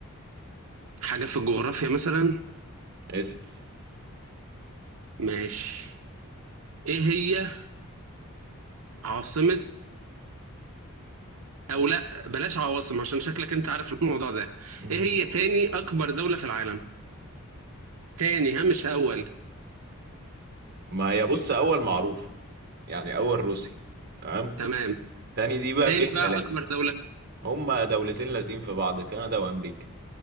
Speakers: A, on the right; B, on the right.
A: حاجة في الجغرافيا مثلا
B: اسال
A: ماشي ايه هي عاصمة او لا بلاش عواصم عشان شكلك انت عارف الموضوع ده
B: امم
A: ايه هي تاني اكبر دولة في العالم تاني ها مش اول
B: ما هي بص اول معروفه يعني اول روسيا تمام
A: تمام
B: تاني دي بقى
A: تاني
B: فيها كلام
A: بقى اكبر دولة
B: هما دولتين لازقين في بعض كندا وامريكا